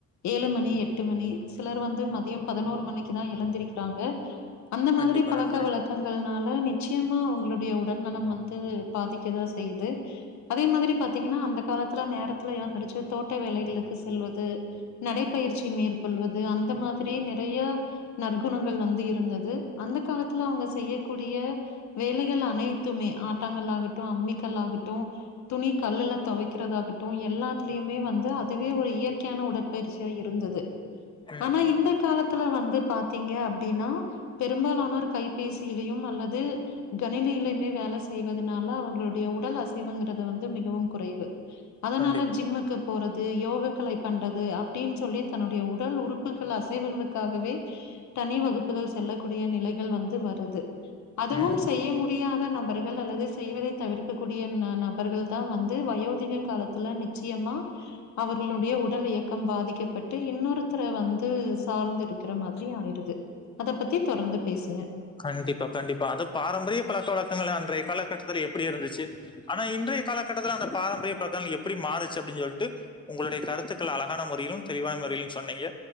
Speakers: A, on the left; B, on the left.
A: ஏழு மணி எட்டு எட்டு மணி சிலர் வந்து மதிய பதினோரு மணிக்கு தா எழுந்திருக்கிறாங்க அந்த மாதிரி
B: கண்டிப்பா
A: பழக்க
B: நண்பரே
A: வழக்க பழக்கங்கள்னால நிச்சயமா அவங்களுடைய உடல்நலம் வந்து பாதிக்க தா செய்து அதே மாதிரி பாத்தீங்கன்னா அந்த காலத்துல நேரத்துல ஏழந்துடுச்சு தோட்ட வேலைகளுக்கு செல்வது நடைப்பயிற்சி மேற்கொள்வது அந்த மாதிரி நெறைய நற்குணங்கள் வந்து இருந்தது அந்த காலத்துல அவங்க செய்யக்கூடிய வேலைகள் அனைத்துமே ஆட்டாங்கள் ஆகட்டு அம்மிக்கல் ஆகட்டு துணி கல்லுல துவைக்கிறதாகட்டு எல்லாத்துலயுமே வந்து அதுவே ஒரு இயற்கையான உடற்பயிற்சியா இரு இருந்துது
B: ம்
A: ஆனா இந்த காலத்துல வந்து பாத்தீங்க அப்டின்னா பெரும்பாலானோர் கைபேசியிலையும் அல்லது கணினியிலுமே வேல செய்வதனால அவுங்களுடைய உடல் அசைவுங்கறது வந்து மிகவும் குறைவு அதனால
B: கண்டிப்பா
A: ஜிம்முக்கு போறது யோக கலை பண்றது அப்டின்னு சொல்லி தன்னுடைய உடல் உறுப்புகள் அசைவுகளுக்காகவே தனி வகுப்புகள் செல்லக்கூடிய நிலைகள் வந்து வருது அதுவும்
B: ம்
A: செய்ய முடியாத நபர்கள் அல்லது செய்வதை தவிர்க்க கூடிய நபர்கள் தா வந்து வயோதிக காலத்துல நிச்சியம்மா அவர்களுடைய உடல் இயக்கம் பாதிக்கப்பட்டு இன்னொருத்தர வந்து சார்ந்து இருக் கற மாதிரி ஆயிருது அத பத்தி தொடர்ந்து பேசுங்க
B: கண்டிப்பா கண்டிப்பா அது பாரம்பரிய பழக்க வழக்கங்கள் அன்றைய காலகட்டத்துல எப்டி இருந்துச்சு ஆனா இன்றைய காலகட்டத்துல அந்த பாரம்பரியம் பக்க எப்டி மாறுச்சு அப்டின்னு சொல்ட்டு உங்களுடைய கருத்துக்கள அழகான முறையிலும் தெளிவான முறையிலும் சொன்னீங்க